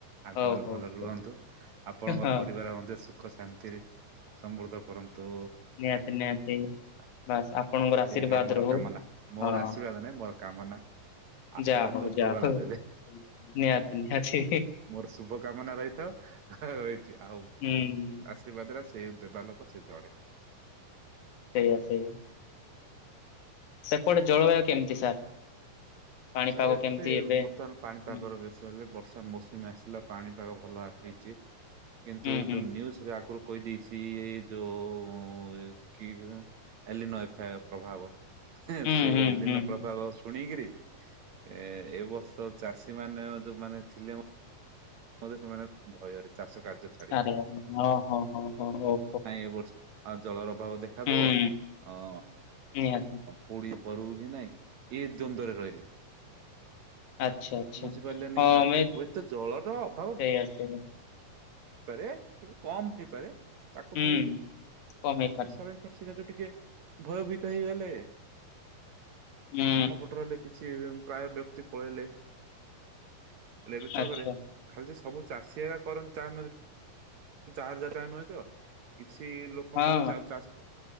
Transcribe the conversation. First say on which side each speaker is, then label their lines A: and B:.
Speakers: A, on the right; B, on the left.
A: ଆଗୁ
B: ହଉ
A: ହେଲୁ
B: ହଉ
A: ଭଲରେ
B: ହଉ
A: ରୁହନ୍ତୁ, ଆପଣଙ୍କ
B: ହଁ
A: ପରିବାର ମଧ୍ୟ ସୁ ଖ ଶାନ୍ତି ରେ ସମୃଦ୍ଧ କରନ୍ତୁ।
B: ନିହାତି, ନିହାତି।
A: ଆ,
B: ବାସ୍ ଆପଣଙ୍କର
A: ଏତି
B: ଆଶୀର୍ବାଦ
A: ଏକା ଆମର
B: ରହୁ
A: କାମନା, ମୋର
B: ହଁ।
A: ଆଶୀର୍ବାଦ ନାଇଁ, ମୋର କାମନା। ଆଶୀର୍ବାଦ
B: ଯାହା ହଉ
A: ତ ଉପରବା
B: ଯାହା
A: ଲା
B: ହଉ
A: ଦେବେ
B: ନିହାତି ନିହାତି
A: ମୋର ଶୁଭ କାମନା ରହିଥାଉ। ହୋ ରଇ ଚି, ଆଉ
B: ହୁଁ।
A: ଆଶୀର୍ବାଦ ଟା ସେ ଦେବା ଲୋକ ସେ ଜଣେ।
B: ସେଇଆ ସେଇଆ। ସେପଟେ ଜଳବାୟୁ କେମିତି ସାର୍? ପାଣିପାଗ
A: ସାର୍ ଏପଟେ
B: କେମିତି ଏବେ
A: ବର୍ତ୍ତମାନ ପାଣିପାଗର
B: ହୁଁ
A: ବେଶି ତ ଏବେ ବର୍ଷା ମୌସୁମି ଆସିଲା ପାଣିପାଗ ଭଲ ଆସିଛି। କିନ୍ତୁ
B: ହୁଁ ହୁଁ
A: ଯୋଉ ନିୟୁଜ୍ ରେ ଆଗୁରୁ କହିଦେଇଛି ଏ ଯୋ ଅ, ଏ କିହା ଏଲିନୋ ଏଫେ ପ୍ରଭାବ। ହେଁ
B: ହୁଁ
A: ସେ
B: ହୁଁ
A: ଏଲିନେ
B: ହୁଁ ହୁଁ।
A: ପ୍ରଭାବ ଶୁଣିକିରି ଏ ଏ ବର୍ଷ ଚାଷୀ ମାନେ ଅ, ଯୋଉ ମାନ ଥିଲେ ମ ମଧ୍ୟ ସେମାନେ ଭୟରେ ଚାଷ କାର୍ଯ୍ୟ ଛାଡିକି
B: ଆରେ ହଁ, ହଁ, ହଁ, ହଁ ହଉ।
A: ନାଇଁ ଏ ବର୍ଷ ଆ, ଜଳର ଅଭାବ ଦେଖାଦବ।
B: ହୁଁ
A: ଅ,
B: ନିହାତି।
A: ହଁ ପୋଡିଅ କରୁବି ନାଇଁ ଇଏ ଦ୍ଵନ୍ଦରେ ରହିଲେ।
B: ଆଚ୍ଛା। ଆଚ୍ଛା।
A: ବୁଝିପାରିଲେନି,
B: ହଁ
A: ଆଜ
B: ମେ
A: ହୁଏତ ଜଳର ଅଭାବ
B: ସେଇଆ ସେଇଆ
A: ପାରେ କିନ୍ତୁ କମ ହେଇପାରେ ତାକୁ
B: ହୁଁ
A: ଧରିକି
B: କମେଇପାରେ
A: ସବେ <unintelligible> ତ ଟିକେ ଭୟଭୀତ ହେଇଗଲେ।
B: ହୁଁ
A: ଆମ ପଟରେ ହେଲେ କିଛି ପ୍ରାୟ ବ୍ୟକ୍ତି ପଳେଇଲେ। ହେଲେ ବି ତା
B: ଆଚ୍ଛା।
A: ପରେ ଖାଲି ଯେ ସବୁ ଚାଷୀ ଏକା କରନ୍ତି ତାହା ନୁହେଁ, <inaudible> ଯାର ଯା ତାହା ନୁହେଁ ତ, କିଛି ଲୋ କ
B: ହଁ
A: ମୋତେ ଚା-ଚାଷ